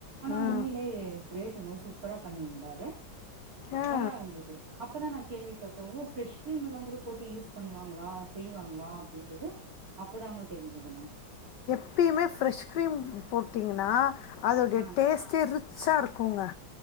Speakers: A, on the right; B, on the left.
A: ஆனா
B: ஆ
A: உண்மையிலே கிரேட் ரொம்ந சூப்பரா பண்ணியிருந்தாரு
B: ஆ
A: நல்லாருந்தது அப்பதான் நான் கேள்விப்பட்டே ஃப்ரெஷ் கிரீம் எல்லாம் கூட போட்டு யூஸ் பண்ணுவாங்களா செய்வாங்களா அப்படின்றது அப் போதாமோ தெரிஞ்சுக்கணே
B: எப்பயுமே ஃப்ரெஷ் கிரீம் போட்டீங்கன்னா அதோடைய
A: ஆ
B: டேஸ்ட் இருக் ரிச்சா இருக்குங்கா